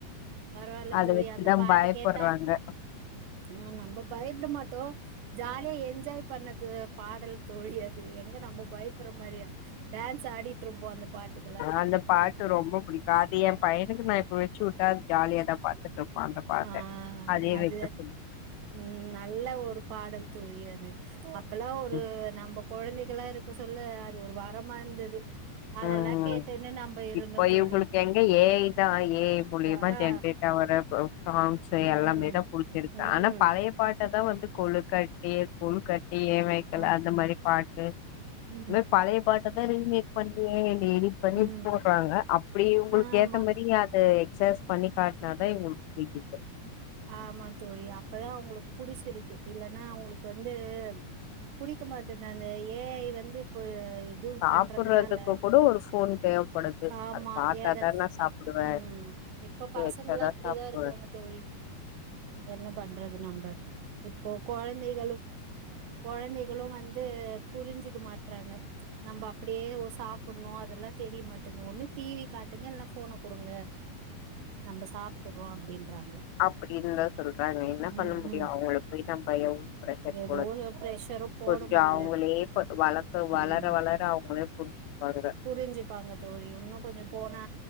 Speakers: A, on the right (about 90°); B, on the left (about 80°).
A: பரவால்ல
B: அத
A: தோழி
B: வச்சுதா
A: அந்த பாட்டு
B: பயப்பட்றாங்க
A: கேட்டா ஆ நம்ம பயப்பட மாட்டோ ஜாலியா என்ஜாய் பண்ணது பாடல் தோழி அது எங்க நம்ம பயப்பற மாரியா டேன்ஸ் ஆடிட்டு இருப்போ அந்த பாட்டுக்
B: அந்த பாட்டு ரொம்ப புடிக்கு அது ஏ பையனுக்கு நா இப்ப வச்சு விட்டா அது ஜாலியா தா பாத்துட் இருப் பா அந்த பாட்ட
A: ஆ ஆ
B: அதையே
A: அது
B: வெக்க சொல்லு
A: ம் நல்ல ஒரு பாடல் தோழி அது அப்பல்லா ஒரு
B: ம்
A: நம்ம கொழந்தைகளா இருக்க சொல்ல அது ஒரு வரமா இருந்தது அதெல்லா
B: ம் ம்
A: கேட்டுன்னு நம்ம இருந்தோ
B: இப்ப இவுங்களுக்கு
A: தோழி
B: எங்க ஏஐ தா ஏஐ மூலியமா
A: அ ஆ
B: ஜென்ரேட் இதா வர போ சாங்ஸ்சு
A: ம்
B: எல்லாமே
A: ம்
B: தா குடுத்துருக்கு
A: ம்
B: ஆனா பழைய பாட்ட தா வந்து கொழுக்கட்டியே கொழுக்கட்டியே ஏ வேக்கல
A: ம்
B: அந்த மாரி பாட்டு இந்
A: ம்
B: மேர்
A: ம்
B: பழைய பாட்ட தா ரீமேக் பண்ணியே எங்க எடிட் பண்ணி
A: ம்
B: போட்றாங்க அப்டி உங்களுக்கு
A: ஆமா
B: ஏத்த மாரி அது எக்சஸ் பண்ணி காட்னாதா இவுங்களுக்கு பிடிக்கு
A: ஆமா தோழி அப்பதா அவுங்களுக் புடிச்சிருக்கு இல்லன்னா அவுங்களுக் வந்து புடிக்க மாட்டேந்து அந்த ஏஐ வந்து இப்போ இது
B: சாப்புட்றதுக்கு
A: பண்றதுனால
B: கூட ஒரு ஃபோன் தேவப்படுது
A: ஆமா
B: அது பாத்தாதா
A: ஏதாச்
B: நா சாப்புடுவே
A: ம் இப்ப பசங்கல்லா
B: வச்சாதா
A: அப்டிதா
B: சாப்புடுவே
A: இருக்காங்க தோழி என்ன பண்றது நம்ம இப்ப கொழந்தைகளு கொழந்தைகளு வந்து புரிஞ்சிக்க மாட்றாங்க நம்ப அப்டியே ஒ சாப்பட்ணு அதெல்லா தெரிய மாட்டேண்து ஒண்ணு டிவி காட்டுங்க இல்னா போன குடுங்க நம்ப சாப்டுக்வோ அப்டின்றாங்க
B: அப்டின்னு தா சொல்றாங்க என்ன பண்ண
A: ம்
B: முடியு
A: ம்
B: அவுங்களுக் போய் நம்ப எவ்ளோ ப்ரஷர்
A: ஏதோ
B: போட
A: ப்ரெஷரு போட
B: கொஞ்ச
A: முல்ல
B: அவுங்ளே பார் வளர்க்க வளர
A: ம்
B: வளர அவுங்களே புரிஞ்சிப்பாங்க
A: புரிஞ்சுப்பாங்க தோழி இன்னு கொஞ்ச போனா